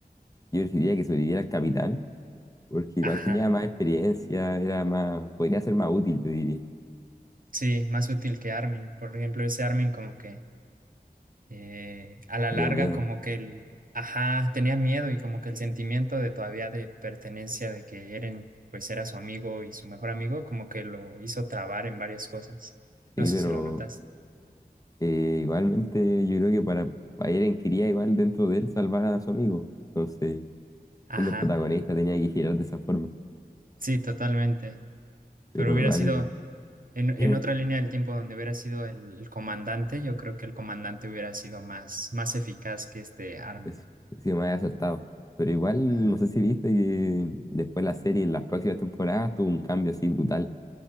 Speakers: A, on the left (about 20°); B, on the right (about 55°).
A: yo preferiría que sobreviviera el capitán, porque igual
B: Ajá,
A: tenía más experiencia, era más, podría ser más útil, yo diría.
B: sí, más útil que Armin. Por ejemplo, ese Armin como que... eh, a la
A: Tenía
B: larga
A: miedo,
B: como que el, ajá, tenía miedo y como que el sentimiento de todavía de pertenencia de que Eren pues era su amigo y su mejor amigo como que lo hizo trabar en varias cosas.
A: sí,
B: No sé
A: pero
B: si lo notas.
A: eh, igualmente yo creo que para Eren quería igual dentro de él salvar a su amigo. Entonces,
B: Ajá,
A: siendo el protagonista tenía que girar de esa forma.
B: sí, totalmente.
A: pero
B: Pero hubiera
A: igual,
B: sido en,
A: <clears throat>
B: en otra línea del tiempo donde hubiera sido el, el comandante, yo creo que el comandante hubiera sido más, más eficaz que este Armin.
A: eso, sí me había acertado. Pero igual,
B: Ajá,
A: no sé si viste que después la serie, en las próximas temporadas, tuvo un cambio así brutal,